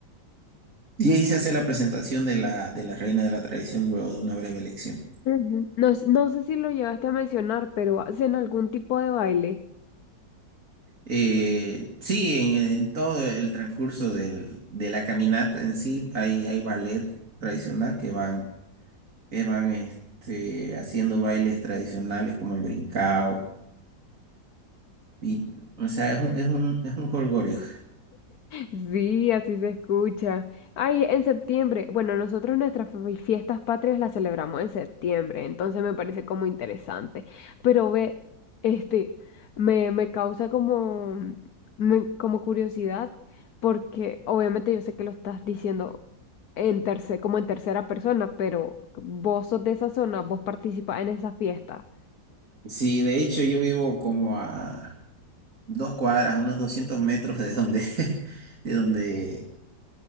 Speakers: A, on the right (about 45°); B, on the left (about 60°).
A: Y ahí se hace la presentación de la, de la reina de la tradición luego de una breve elección.
B: Ujú. No, s- no sé si lo llegaste a mencionar, pero hacen algún tipo de baile.
A: Eh, sí, en, en todo el transcurso del- de la caminata en sí hay, hay ballet tradicional que van, que van este, haciendo bailes tradicionales como el brincao. Y, o sea, es un, es un, es un jolgorio.
B: Sí, así se escucha. Ay, en septiembre. Bueno, nosotros nuestras fe- fiestas patrias las celebramos en septiembre, entonces me parece como interesante. Pero ve, este, me, me causa como, mm, me- como curiosidad, porque obviamente yo sé que lo estás diciendo en terce- como en tercera persona, pero vos sos de esa zona, vos participás en esa fiesta.
A: Sí, de hecho yo vivo como a dos cuadras, unos 200 metros de donde, <laughs> de donde